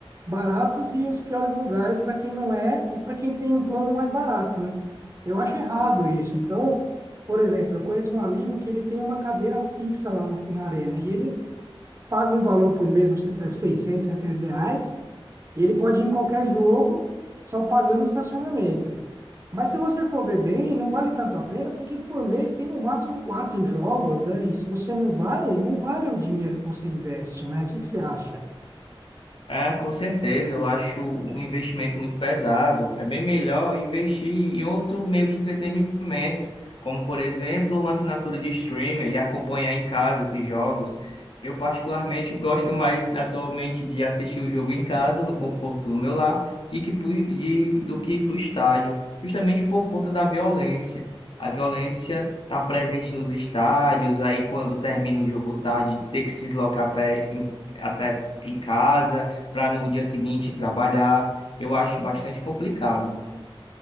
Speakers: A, on the right; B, on the left.
A: baratos e os piores lugares para quem não é e para quem tem um plano mais barato, né? Eu acho errado isso. Então, por exemplo, eu conheço um amigo que ele tem uma cadeira fixa lá no- na arena e ele paga um valor por mês, não sei se é 600, 700 reais, e ele pode ir em qualquer jogo, só pagando o estacionamento. Mas se você for ver bem, não vale tanto a pena, porque por mês tem no máximo quatro jogos, né? E se você não vai, não vale o dinheiro que você investe, né? O que que você acha?
B: É, com certeza, eu acho um investimento muito pesado. É bem melhor investir em outro meio de entretenimento, como por exemplo, uma assinatura de streaming e acompanhar em casa esses jogos. Eu particularmente gosto mais atualmente de assistir o jogo em casa, no conforto do meu lar, e que pu- e- do que ir para o estádio, justamente por conta da violência. A violência está presente nos estádios, aí quando termina o jogo tarde, tem que se deslocar até em- até em casa para no dia seguinte trabalhar. Eu acho bastante complicado.